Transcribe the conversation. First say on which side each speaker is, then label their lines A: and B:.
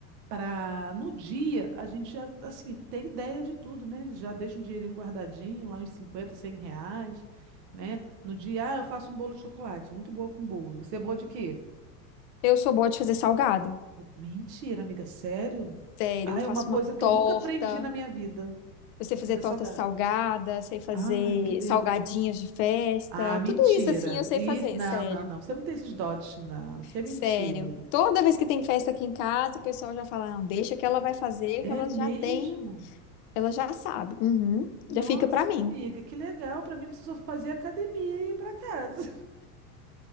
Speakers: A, on the right (about 75°); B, on the left (about 50°).
A: Para no dia a gente já, assim, ter ideia de tudo, né? Já deixa um dinheirinho guardadinho, lá uns 50, 100 reais, né? No dia, ah, eu faço um bolo de chocolate, sou muito boa com bolo. Você é boa de quê?
B: Eu sou boa de fazer salgado.
A: Mentira, amiga, sério?
B: Sério,
A: Ah,
B: eu faço
A: é uma coisa
B: uma
A: que
B: torta.
A: eu nunca aprendi na minha vida,
B: Eu sei
A: é
B: fazer
A: fazer
B: torta
A: salgado.
B: salgada, sei fazer
A: Ai, que delícia.
B: salgadinhos de festa,
A: Ah, mentira.
B: tudo isso assim eu sei
A: Isso,
B: fazer,
A: não,
B: sério.
A: não, não. Você não tem esses dotes, não. Isso é mentira.
B: Sério. Toda vez que tem festa aqui em casa, o pessoal já fala: "Não, deixa que ela vai fazer, que ela
A: É mesmo?
B: já tem, ela já sabe". Uhum.
A: Nossa,
B: Já fica pra mim.
A: amiga, que legal. Pra mim, você só fazia academia e ia pra casa. <laughs>